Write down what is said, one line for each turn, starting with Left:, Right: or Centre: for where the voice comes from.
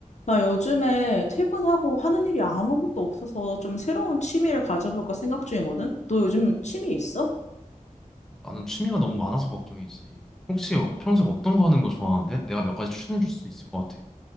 Left: 나 요즘에 퇴근하고 하는 일이 아무것도 없어서 좀 새로운 취미를 가져볼까 생각 중이거든? 너 요즘 취미 있어?
Centre: 나는 취미가 너무 많아서 걱정이지. 혹시 평소에 어떤 거 하는 거 좋아하는데? 내가 몇 가지 추천해 줄 수 있을 것 같아.